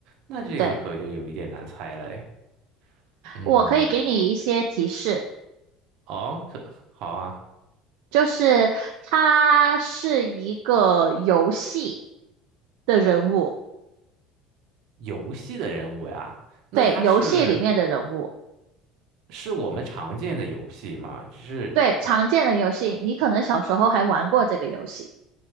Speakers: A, on the right; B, on the right.
A: 那这个可就有一点难猜了诶。
B: 对，
A: 嗯，
B: 我可以给你一些提示，
A: 哦，可好啊，
B: 就是它是一个游戏的人物，
A: 游戏的人物呀，那它是
B: 对，游戏里面的人物，
A: 是我们常见的游戏吗？只是
B: 对，常见的游戏，你可能小时候还玩过这个游戏，